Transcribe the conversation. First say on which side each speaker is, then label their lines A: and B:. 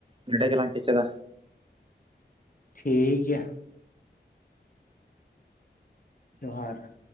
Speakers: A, on the right; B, on the left.
A: ᱱᱚᱰᱮ ᱜᱮᱞᱟᱝ ᱠᱮᱪᱮᱫᱟ᱾
B: ᱴᱷᱤᱠ ᱜᱮᱭᱟᱹ ᱡᱚᱦᱟᱨ